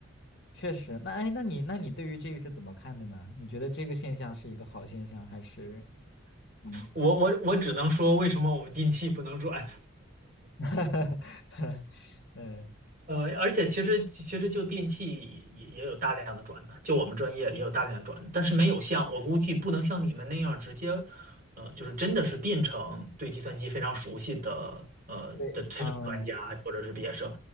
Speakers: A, on the left (about 55°); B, on the right (about 40°).
A: 确实。那哎，那你那你对于这个是怎么看的呢？你觉得这个现象是一个好现象，还是嗯？
B: 我我我只能说，为什么我们电气不能转？
A: <laughs> 哈哈哈，嗯
B: 呃，而且其实其实就电器也也有大量的转的，就我们专业也有大量转的，但是没有像我估计不能像你们那样直接，呃，就是真的是变成对计算机非常熟悉的呃的这种专家或者是毕业生，
A: 对，嗯，